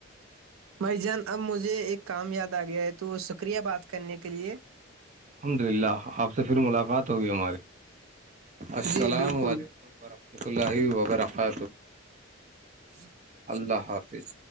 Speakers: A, on the right (about 80°); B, on the right (about 35°).
A: بھائی جان اب مجھے ایک کام یاد آ گیا ہے تو شکریہ بات کرنے کے لیے
B: الحمد للہ آپ سے پھر ملاقات ہوگی ہماری السلام
A: جی بالکل
B: علیکم و رحمۃ اللہ وبرکہ
A: جی
B: اللہ حافظ